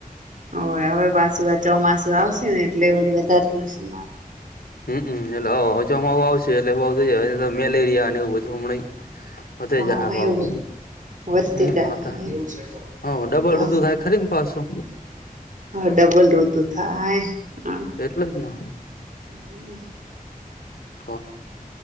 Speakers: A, on the right (about 60°); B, on the left (about 90°).
A: હોવે હવે પાસું આ ચોમાસું આવશે ને એટલે વડી વધારે થશે મારે.
B: હમ્મ, એટલે અચામાઉ આવશે એટલે બ <unintelligible> મેલેરિયા ને એવું બધું હમડેઇ. વધાએ
A: હા
B: જાહે ભાવ.
A: એવું બધું વધતી
B: હમ્મ
A: જાય
B: હતો, હવ ડબલ
A: હ
B: ઋતુ થાય ખરીમ પાસું
A: હ ડબલ ઋતુ થાય, હ,
B: એટલે જ ને
A: હમ્મ.
B: હો,